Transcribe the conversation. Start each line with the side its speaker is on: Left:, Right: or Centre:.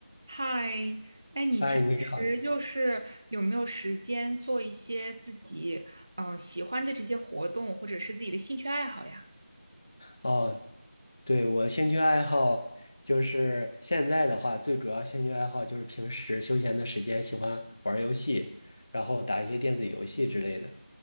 Right: 嗨，哎，你平时就是有没有时间做一些自己呃喜欢的这些活动，
Left: 哎，你好，你好
Right: 或者是自己的兴趣爱好呀？
Left: 哦，对，我兴趣爱好就是现在的话，最主要兴趣爱好就是平时休闲的时间喜欢玩儿游戏，然后打一些电子游戏之类的。